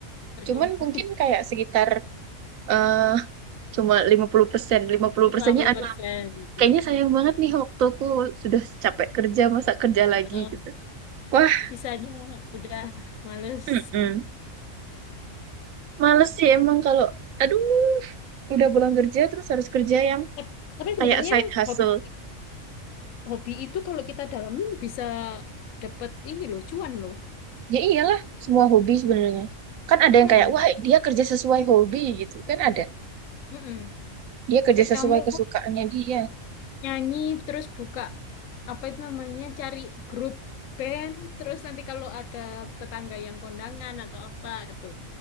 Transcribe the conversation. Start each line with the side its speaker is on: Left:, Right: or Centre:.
Left: terkumpul
Right: cuman mungkin kayak sekitar eh cuma lima puluh persen lima puluh
Left: 50%
Right: persennya kayaknya
Left: ya.
Right: sayang banget nih waktuku sudah capek kerja masa kerja
Left: Eh,
Right: lagi
Left: eh,
Right: gitu. Wah,
Left: sisanya udah males.
Right: mm-mm. Males sih emang kalau aduh udah pulang kerja terus harus kerja yang
Left: Tap- Tapi sebenarnya
Right: kayak side hustle.
Left: hobi hobi itu kalau kita dalamin bisa dapet ini loh, cuan loh.
Right: Ya iyalah, semua hobi sebenarnya. Kan ada yang
Left: Mm-mm,
Right: kayak wah dia kerja sesuai hobi gitu kan ada.
Left: mm-mm.
Right: Dia kerja
Left: Kayak
Right: sesuai
Left: kamu
Right: kesukaannya dia.
Left: nyanyi terus buka apa itu namanya cari grup band terus nanti kalau ada tetangga yang kondangan atau apa itu